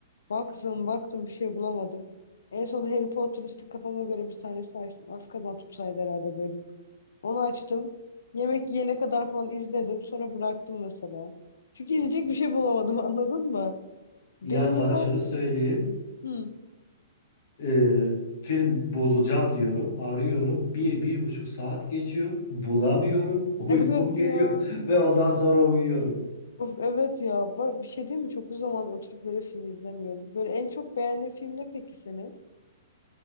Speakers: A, on the left (about 80°); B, on the left (about 60°).
A: Baktım baktım bir şey bulamadım. En son Harry Potter'ın işte kafama göre bir sahnesi açtım. Azkaban tutsaydı herhalde bölüm. Onu açtım. Yemek yiyene kadar falan izledim. Sonra bıraktım mesela. Çünkü izleyecek bir şey bulamadım <laughs> anladın mı? Benim
B: Ya sana
A: mesela...
B: şunu söyleyeyim.
A: Hı,
B: e, film bulacağım diyorum, arıyorum. Bir, bir buçuk saat geçiyor. Bulamıyorum. <laughs> Uykum
A: evet
B: geliyor
A: ya.
B: <laughs> ve ondan sonra uyuyorum.
A: Of, evet ya. Bak, bir şey değil mi? Çok uzun zaman oturup böyle film izlemiyorum. Böyle en çok beğendiğin film ne peki senin?